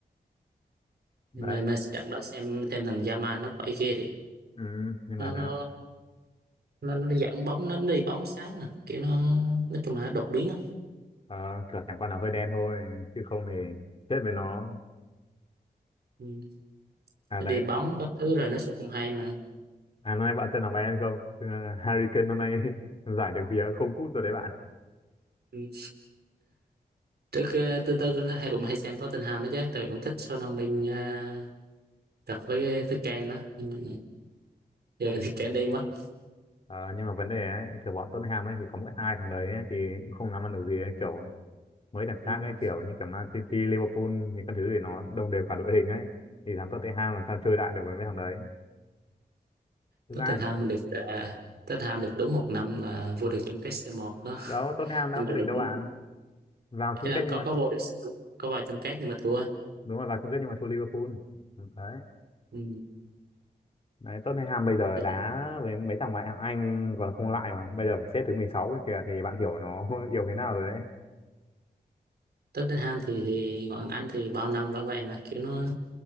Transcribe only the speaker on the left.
đấy
ừ, nhưng
mà là
ờ, kiểu chẳng qua là hơi đen thôi chứ không thì chết với nó
à
đấy
à năm nay bạn xem là Bayern không Ừ, Harry Kane năm nay <laughs> giải được vía không cúp rồi đấy bạn
Ờ, nhưng mà vấn đề ấy, kiểu bọn Tottenham ấy thì có mỗi hai thằng đấy ấy, thì cũng không làm ăn được gì ấy. Kiểu mấy thằng khác
ấy kiểu như cả Man City, Liverpool thì các thứ thì nó đồng đều cả đội hình ấy thì thằng Tottenham làm sao chơi lại được với mấy thằng đấy thực
ra ấy,
đó Tottenham đã
vô địch
đâu
bạn vào chung
kết
nhưng
mà
đúng rồi vào chung kết nhưng mà thua Liverpool Ừ, đấy
đấy Tottenham bây giờ
đá
với mấy thằng ngoại hạng Anh còn không lại mà bây giờ phải xếp thứ 16 ấy kìa thì bạn hiểu nó <laughs> yếu thế nào rồi đấy